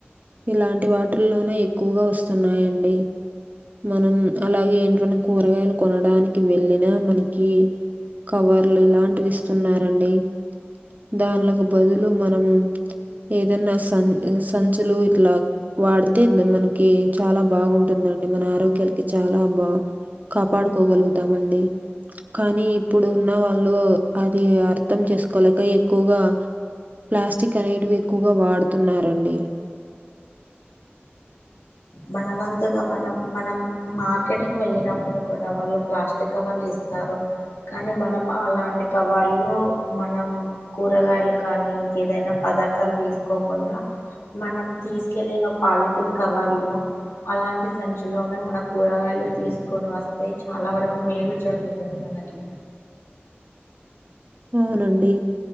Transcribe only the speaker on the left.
మన వంతుగా మనం మనం మార్కెట్కి వెళ్ళినప్పుడు కూడా వాళ్ళు ప్లాస్టిక్ కవర్లుఏస్ స్తారు కానీ మనం అలాంటి కవాల్లో మనం కూరగాయలు కానీ ఇంకేదైనా ప పదార్థాలు వేసుకోకుండా మనం తీసుకెళ్లిిన పాలిథిన్ కవర్ లో అలాంటి సంచలోనే మన కూరగాయలు తీసుకొని వస్తే చాలా వరకు మేలు జరుగుతుంది మనకి